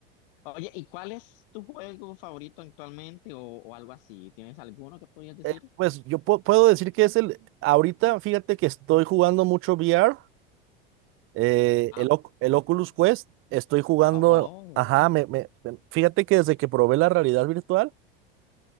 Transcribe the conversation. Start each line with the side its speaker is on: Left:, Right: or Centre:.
Left: Oye, ¿y cuál es tu juego favorito actualmente o, o algo así? ¿Tienes alguno que podrías decir?
Right: Eh, pues yo pu- puedo decir que es el, ahorita fíjate que estoy jugando mucho VR, eh,
Left: Ah,
Right: el, Oc- el Oculus Quest, estoy jugando,
Left: oh.
Right: ajá, me, me- me- fíjate que desde que probé la realidad virtual,